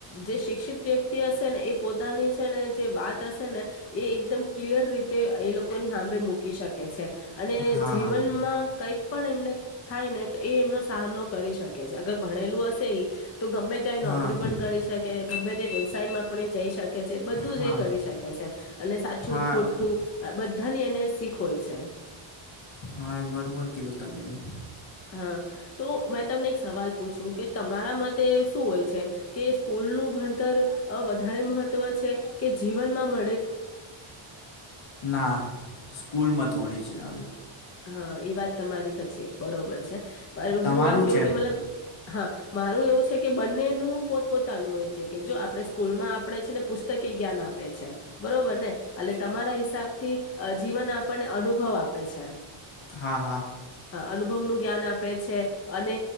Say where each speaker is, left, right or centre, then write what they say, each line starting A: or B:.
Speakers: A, on the left; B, on the left.
A: જે શિક્ષિ ત વ્યક્તિ હશે ને એ પોતાની છે ને જે વાત હશે ને એ એકદમ ક્લિયર રીતે એ લોકોની સાભે મૂકી શકે છે. અને
B: હા
A: જીવનમાં
B: હા
A: કઈક પણ એમને થાય ને એ એમનો સામનો કરી શકે છે અગર ભણેલું હશે તો ગમે ત્યાં
B: હા
A: નોકરી પણ કરી શકે ગમે થી વ્યવસાયમાં પણ એ જઈ શકે છે બધું
B: હા
A: જ એ કરી શકે છે એલે સાચું
B: હા
A: ખોટું બ ધાની એને શીખ હોય છે.
B: હા એ બરોબર કીધું તમે બી.
A: હા તો મેં તમને એક સવાલ પૂછું કે તમ મારા મતે શું હોય છે કે સ્કૂલ નું ભણતર વધારે મહત્વ છે કે જીવનમાં મ
B: ના સ્કૂલ મત ત્વની છે આવી.
A: હા એ વાત તમારી ક છે બરોબર છે. પણ
B: તમારું
A: હું આમ કેવું
B: છે
A: કે મતલબ હા મારું એવું છે કે બંનેનું પોત પોતાનું હોય છે કે જો આપડે સ્કૂલમાં આપે છે ને પુસ્તકી જ્ઞાન આપે છે. બરોબર ને એટલે તમારા હિસાબ થી જીવન આપણને અનુભવ આપે છે.
B: હા હા.
A: અનુભવનું જ્ઞાન આપે છે અને